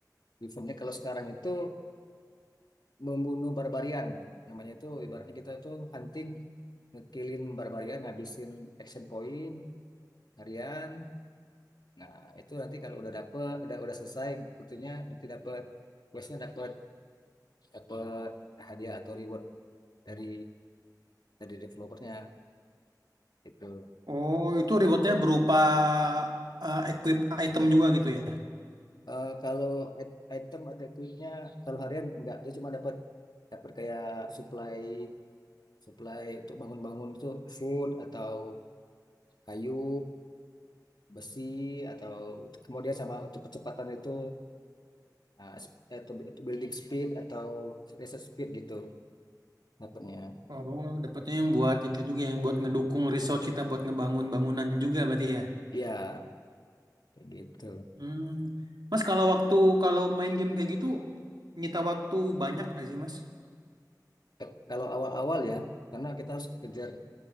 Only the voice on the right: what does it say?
Oh, itu rewardnya berupa uh, equip item juga gitu ya?
Oh, dapatnya yang buat itu juga yang buat ngedukung research kita buat ngebangun bangunan juga berarti ya?
Hmm. Mas kalau waktu kalau main game kayak gitu nyita waktu banyak nggak sih Mas?